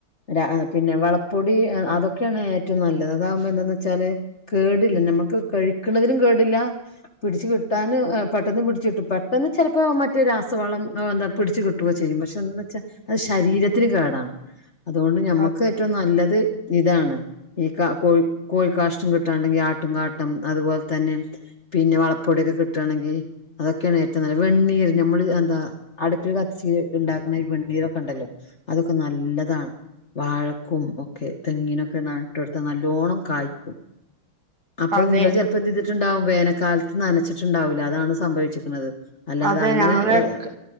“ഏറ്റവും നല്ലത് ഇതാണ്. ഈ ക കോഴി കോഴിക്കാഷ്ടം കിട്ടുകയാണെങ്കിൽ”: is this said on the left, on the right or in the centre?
Left